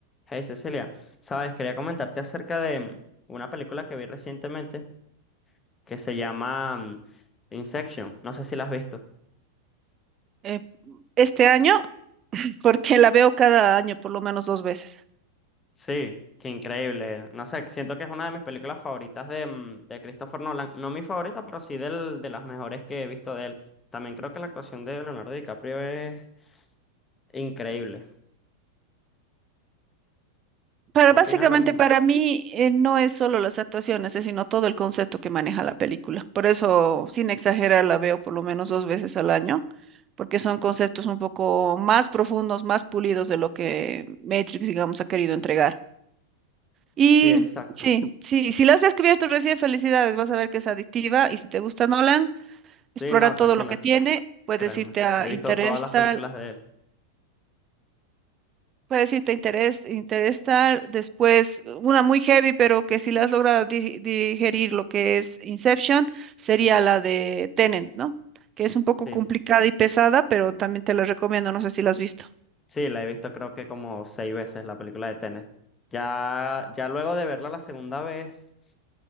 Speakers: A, on the left (about 20°); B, on the right (about 25°).
A: Hey Cecilia, sabes, quería comentarte acerca de mm, una película que vi recientemente que se llama mm, Inception. No sé si la has visto.
B: eh, este año porque la veo cada año por lo menos dos veces.
A: Sí, qué increíble. No sé, siento que es una de mis películas favoritas de, mm, de Christopher Nolan. No mi favorita, pero sí del, de las mejores que he visto de él. También creo que la actuación de Leonardo DiCaprio es increíble.
B: Para
A: ¿Tú
B: básicamente
A: opinas lo mismo?
B: para mí eh, no es solo las actuaciones, es sino todo el concepto que maneja la película. Por eso, sin exagerar, la veo por lo menos dos veces al año, porque son conceptos un poco más profundos, más pulidos de lo que Matrix, digamos, ha querido entregar. Y
A: Sí, exacto.
B: sí, sí, si la has descubierto recién, felicidades, vas a ver que es adictiva y si te gusta Nolan, explora
A: Sí, no,
B: todo
A: tranquila,
B: lo que tiene. Puedes
A: créeme.
B: irte a
A: He visto
B: Interestelar,
A: todas las películas de él.
B: Puede decir, te interés, interesar después una muy heavy, pero que si la has logrado di- digerir lo que es Inception, sería la de Tenet, ¿no? Que es un poco
A: Sí.
B: complicada y pesada, pero también te la recomiendo, no sé si la has visto.
A: Sí, la he visto creo que como seis veces la película de Tenet. Ya, ya luego de verla la segunda vez.